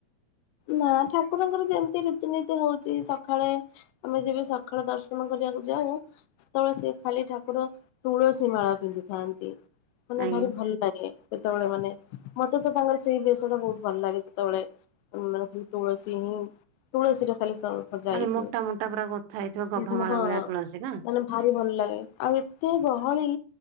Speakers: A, on the left; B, on the right.
A: ନା ଠାକୁରଙ୍କର ଯେମିତି ରୀତିନୀତି ହଉଚି ସଖାଳେ ଆମେ ଯେବେ ସଖାଳ ଦର୍ଶନ କରିବାକୁ ଯାଉ ସେତେବେଳେ ସେ ଖାଲି ଠାକୁର ତୁଳସୀ ମାଳା ପିନ୍ଧିଥାନ୍ତି। ମାନେ
B: ଆଜ୍ଞା
A: ଭାରି ଭଲ ଲାଗେ ସେତେବେଳେ ମାନେ ମତେ ତ ତାଙ୍କର ସେଇ ବେଶ ଟା ବହୁତ ଭଲ ଲାଗେ। ସେତେବେଳେ ମାନେ ଖାଲି ତୁଳସୀ ହିଁ ତୁଳସୀ ରେ ଖାଲି ସ ସଜା
B: ମାନେ
A: ହେଇଥିବେ।
B: ମୋଟା ମୋଟା ପୁରା ଗୋଥା ହେଇଥିବ ଗଭା
A: ଉଁ
B: ମାଳ
A: ହଁ
B: ଭଳିଆ ତୁଳସୀ ନା।
A: ମାନେ ଭାରି ଭଲ ଲାଗେ ଆଉ ଏତେ ଗହଳି